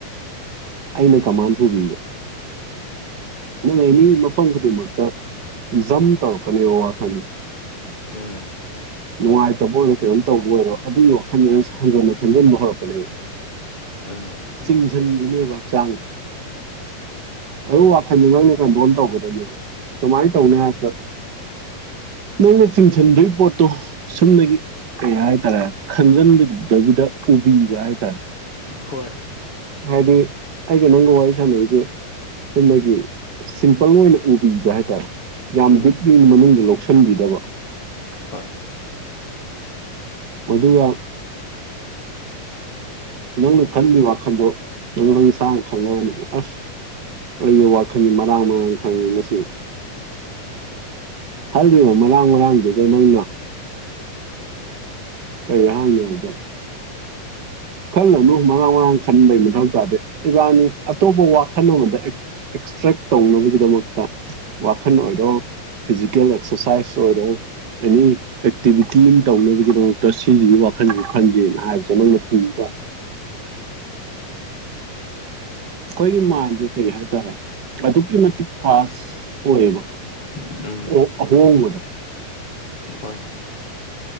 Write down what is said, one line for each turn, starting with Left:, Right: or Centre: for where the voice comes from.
Right: ꯑꯩꯅ ꯀꯃꯥꯟ ꯄꯨꯕꯤꯕ ꯅꯪ ꯑꯦꯅꯤ ꯃꯐꯝ ꯈꯨꯗꯤꯡꯃꯛꯇ ꯖꯝ ꯇꯧꯔꯛꯀꯅꯦꯕ ꯋꯥꯈꯜꯖꯦ꯫
Left: ꯎꯝ
Right: ꯅꯨꯡꯉꯥꯏꯇꯕ ꯑꯣꯏꯔꯣ ꯀꯩꯅꯣꯝ ꯇꯧꯕ ꯑꯣꯏꯔꯣ ꯑꯗꯨꯏ ꯋꯥꯈꯜꯗꯨꯅ ꯍꯦꯟꯖꯟꯅꯥ ꯈꯟꯖꯟꯕ ꯍꯧꯔꯛꯄꯅꯦꯕ꯫
Left: ꯎꯝ
Right: ꯆꯤꯡꯖꯟꯒꯤꯅꯦꯕ ꯍꯛꯆꯥꯡꯖꯦ ꯑꯗꯨ ꯋꯥꯈꯟꯗꯤ ꯅꯣꯏꯅ ꯀꯟꯇꯔꯣꯟ ꯇꯧꯒꯗꯕꯃꯦꯕ ꯀꯃꯥꯏ ꯇꯧꯅꯤ ꯍꯥꯏꯕꯗ ꯅꯪꯅ ꯆꯤꯡꯁꯤꯟꯗꯣꯏ ꯄꯣꯠꯇꯣ ꯁꯨꯝꯅꯒꯤ ꯀꯩ ꯍꯥꯏꯇꯥꯔꯦ ꯈꯟꯖꯟꯕꯤꯗꯕꯤꯗ ꯎꯕꯤꯕ ꯍꯥꯏꯇꯥꯔꯦ
Left: ꯍꯣꯏ
Right: ꯍꯥꯏꯗꯤ ꯑꯩꯒ ꯅꯪꯒ ꯋꯥꯔꯤ ꯁꯥꯟꯅꯩꯖꯦ ꯆꯨꯝꯅꯒꯤ ꯁꯤꯝꯄꯜ ꯑꯣꯏꯅ ꯎꯕꯤꯕ ꯍꯥꯏꯇꯥꯔꯦ ꯌꯥꯝ
Left: ꯎꯝ
Right: ꯗꯤꯞꯂꯤ ꯃꯅꯨꯡꯗꯤ ꯂꯧꯁꯤꯟꯕꯤꯗꯕ꯫
Left: ꯍꯣꯏ
Right: ꯑꯗꯨꯒ ꯅꯪꯅ ꯈꯟꯕꯩ ꯋꯥꯈꯜꯗꯣ ꯅꯪ ꯅꯁꯥꯅ ꯈꯜꯂꯣ ꯍꯥꯏꯅꯦꯕ ꯑꯁ ꯑꯩꯒꯤ ꯋꯥꯈꯜꯅꯤ ꯃꯔꯥꯡ ꯃꯔꯥꯡ ꯈꯜꯂꯤ ꯃꯁꯤ ꯈꯜꯂꯤꯕ ꯃꯔꯥꯡ ꯃꯔꯥꯡꯗꯨꯗ ꯅꯪꯅ ꯀꯩ ꯍꯥꯌꯅꯤ ꯍꯥꯌꯕꯗ ꯈꯜꯂꯅꯨ ꯃꯔꯥꯡ ꯃꯔꯥꯡ ꯈꯟꯕꯩ ꯃꯊꯧ ꯇꯥꯗꯦ ꯏꯕꯥꯅꯤ ꯑꯇꯣꯞꯄ ꯋꯥꯈꯜ ꯑꯃꯗ ꯑꯦꯛꯁꯇ꯭ꯔꯦꯛ ꯇꯧꯅꯕꯒꯤꯗꯃꯛꯇ ꯋꯥꯈꯜ ꯑꯣꯏꯔꯣ ꯐꯤꯖꯤꯀꯦꯜ ꯑꯦꯛꯁꯔꯁꯥꯏꯁ ꯑꯣꯏꯔꯣ ꯑꯦꯅꯤ ꯑꯦꯛꯇꯤꯚꯤꯇꯤ ꯑꯃ ꯇꯧꯅꯕꯒꯤꯗꯃꯛ ꯇꯣ ꯁꯤꯖꯤꯒꯤ ꯋꯥꯈꯟꯖꯦ ꯈꯟꯖꯦꯅ ꯍꯥꯏꯕꯖꯦ ꯅꯪꯅ ꯄꯨꯇꯥꯝ ꯑꯩꯈꯣꯏꯒꯤ ꯃꯥꯏꯟꯖꯦ ꯀꯩ ꯍꯥꯏꯇꯥꯔꯦ ꯑꯗꯨꯛꯀꯤ ꯃꯇꯤꯛ ꯐꯥꯁ ꯑꯣꯏꯕ
Left: ꯎꯝ
Right: ꯑꯣꯛ ꯑꯍꯣꯡꯕꯗꯣ
Left: ꯍꯣꯏ